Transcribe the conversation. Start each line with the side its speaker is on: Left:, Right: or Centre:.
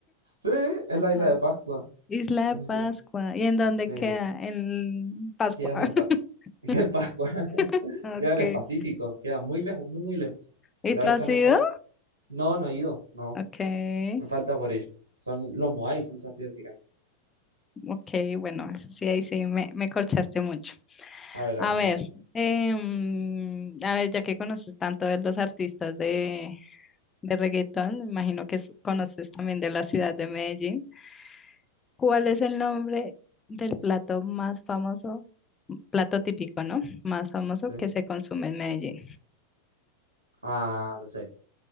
Right: Sí, es la isla
Left: Ah,
Right: de Pascua,
Left: Isla
Right: así
Left: de Pascua.
Right: se llama.
Left: ¿Y en dónde
Right: Sí,
Left: queda? En Pascua.
Right: queda en el pa- <laughs> queda
Left: <laughs>
Right: en Pascua, <laughs>
Left: Ok.
Right: queda en el Pacífico, queda muy lejos, muy, muy lejos.
Left: ¿Y
Right: Pero
Left: tú
Right: ahí están
Left: has ido?
Right: esas... No, no he ido, no,
Left: Ok.
Right: me falta por ir. Son los Moai, son esas piedras gigantes.
Left: Ok, bueno, eso sí, ahí sí, me, me corchaste mucho.
Right: A ver,
Left: A
Right: a ver,
Left: ver,
Right: manda otro.
Left: em, a ver, ya que conoces tanto de los artistas de, de reggaetón, me imagino que su- conoces también de la ciudad de Medellín. ¿Cuál es el nombre del plato más famoso, plato típico, ¿no? Más famoso
Right: Sí.
Left: que se consume en Medellín.
Right: Ah, lo sé.